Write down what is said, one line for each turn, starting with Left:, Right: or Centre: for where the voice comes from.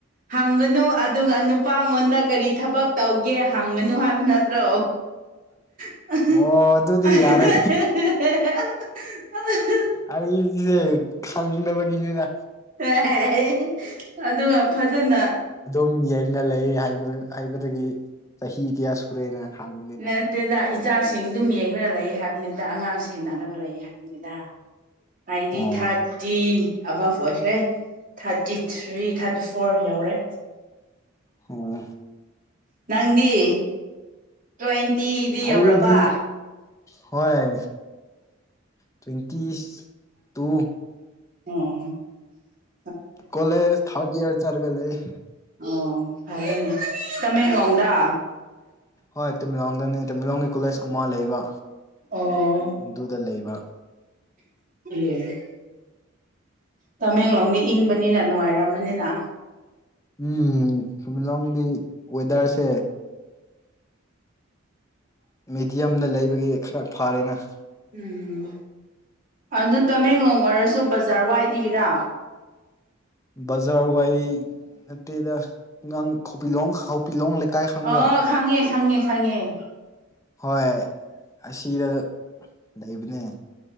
Right: ꯍꯪꯒꯅꯨ ꯑꯗꯨꯒ ꯅꯨꯄꯥꯉꯣꯟꯗ ꯀꯔꯤ ꯊꯕꯛ ꯇꯧꯒꯦ ꯍꯪꯒꯅꯨ ꯍꯥꯏꯕ ꯅꯠꯇ꯭ꯔꯣ
Left: <unintelligible>
Right: <unintelligible>
Left: ꯑꯣ ꯑꯗꯨꯗꯤ ꯌꯥꯔꯦ ꯑꯩꯁꯦ ꯈꯥꯟꯗꯕꯒꯤꯅꯤꯅ
Right: ꯑꯥ ꯍꯦꯍꯦꯍꯦ ꯑꯗꯨꯒ ꯐꯖꯅ
Left: ꯎꯨꯝ ꯌꯦꯅꯤꯡꯉ ꯂꯩ ꯍꯥꯏꯕ ꯍꯥꯏꯕꯗꯒꯤ ꯆꯍꯤ ꯀꯌꯥ ꯁꯨꯔꯦꯅ ꯍꯪꯕꯅꯤꯅ
Right: ꯅꯠꯇꯦꯗ ꯏꯆꯥꯁꯤꯡꯗꯨꯝ ꯌꯦꯡꯛꯅꯅ ꯂꯩ ꯍꯥꯏꯕꯅꯤꯗ ꯑꯉꯥꯡ ꯁꯦꯟꯅꯔꯅ ꯂꯩ ꯍꯥꯏꯕꯅꯤꯗ ꯍꯥꯏꯇꯤ
Left: ꯑꯣ
Right: ꯊꯥꯔꯇꯤ ꯑꯕꯞ ꯑꯣꯏꯈ꯭ꯔꯦ ꯊꯥꯔꯇꯤ ꯊ꯭ꯔꯤ ꯊꯥꯔꯇꯤ ꯐꯣꯔ ꯌꯧꯔꯦ
Left: ꯑꯣ
Right: ꯅꯪꯗꯤ ꯇ꯭ꯋꯦꯟꯇꯤꯗꯤ
Left: ꯑꯩꯗꯤ
Right: ꯌꯧꯔꯕ
Left: ꯍꯣꯏ ꯇꯋꯦꯟꯇꯤ ꯇꯨ
Right: ꯑꯣ
Left: ꯀꯣꯂꯦꯖ ꯊꯔꯗ ꯏꯌꯔ ꯆꯔꯒ ꯂꯩꯌꯦ
Right: ꯑꯣ ꯐꯔꯦꯅꯦ ꯇꯃꯦꯡꯂꯣꯡꯗ
Left: ꯍꯣꯏ ꯇꯃꯦꯡꯂꯣꯡꯗꯅꯦ ꯇꯃꯦꯂꯣꯡꯒꯤ ꯀꯣꯂꯦꯖ ꯑꯃ ꯂꯩꯕ
Right: ꯑꯣ
Left: ꯗꯨꯗ ꯂꯩꯕ
Right: <unintelligible> ꯇꯃꯦꯡꯂꯣꯡꯗꯤ ꯏꯪꯕꯅꯤꯅ ꯅꯨꯡꯉꯥꯏꯔꯝꯃꯅꯤꯅ
Left: ꯎꯝ ꯇꯃꯦꯡꯂꯣꯡꯒꯤ ꯋꯦꯗꯔꯁꯦ ꯃꯦꯗꯤꯌꯝꯗ ꯂꯩꯕꯒꯤ ꯈꯔ ꯐꯥꯔꯦꯅ
Right: ꯎꯝ ꯑꯗ ꯇꯃꯦꯡꯂꯣꯡ ꯑꯣꯏꯔꯁꯨ ꯕꯖꯥꯔ ꯋꯥꯏꯗꯤꯒꯤꯔꯥ
Left: ꯕꯖꯥꯔ ꯋꯥꯏ ꯅꯠꯇꯦꯗꯥ ꯉꯥꯡ ꯈꯣꯄꯤꯂꯣꯡ ꯍꯥꯎꯄꯤꯂꯣꯡ ꯂꯩ ꯀꯥꯏ ꯈꯪꯕ꯭ꯔꯥ
Right: ꯑꯣ ꯈꯪꯉꯦ ꯈꯪꯉꯦ ꯈꯪꯉꯦ
Left: ꯍꯣꯏ ꯑꯁꯤꯗ ꯂꯩꯕꯅꯦ